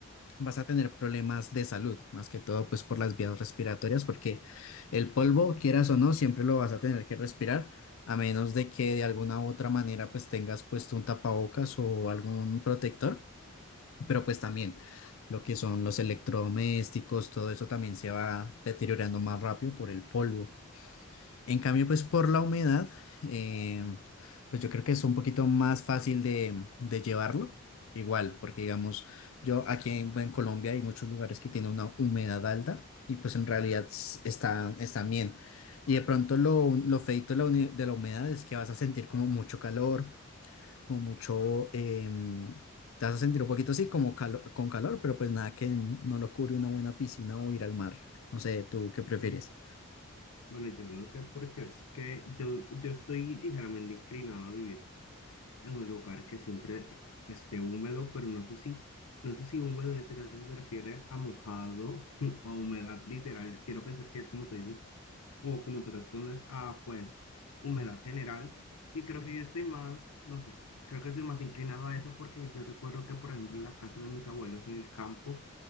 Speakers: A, on the left; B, on the left.
A: vas a tener problemas de salud, más que todo pues por las vías respiratorias, porque el polvo, quieras o no, siempre lo vas a tener que respirar. A menos de que de alguna u otra manera pues tengas puesto un tapabocas o algún protector, pero pues también lo que son los electrodomésticos, todo eso también se va deteriorando más rápido por el polvo. En cambio, pues por la humedad, eh, pues yo creo que es un poquito más fácil de, de llevarlo. Igual, porque digamos, yo aquí en, en Colombia hay muchos lugares que tienen una humedad alta y pues en realidad s- está, están bien. Y de pronto lo, lo feito de la uni- de la humedad es que vas a sentir como mucho calor, como mucho, em, te vas a sentir un poquito así como calo- con calor, pero pues nada que no lo cubre una buena piscina o ir al mar. No sé, ¿tú qué prefieres?
B: Mm, Bueno, yo no sé por qué es que yo, yo estoy ligeramente inclinado a vivir en un lugar que siempre esté húmedo, pero no sé si, no sé si húmedo en este caso se refiere a mojado <laughs> o a humedad literal. Quiero pensar que es como tú dices, O como tú respondes, ah, pues, humedad general. Y creo que yo estoy más, no sé, creo que estoy más inclinado a eso porque yo recuerdo que, por ejemplo, la casa de mis abuelos en el campo